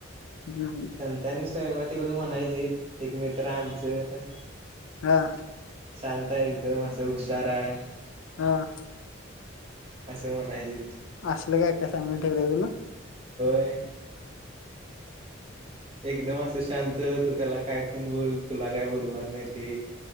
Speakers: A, on the left (about 75°); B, on the right (about 30°).
A: हम्म.
B: संतांनी स्वयंमवर तेवढ म्हणायचेत. एक मित्र आहे आमचं.
A: हां.
B: शांत हाय एकदम असं हुशार आहे.
A: हां
B: असं म्हणायचे
A: असलं काय काय सांगून ठेवलंय तुला.
B: होय एकदम असं शां त तू त्याला काय पण बोल तुला काय बोलणार नाइ ते.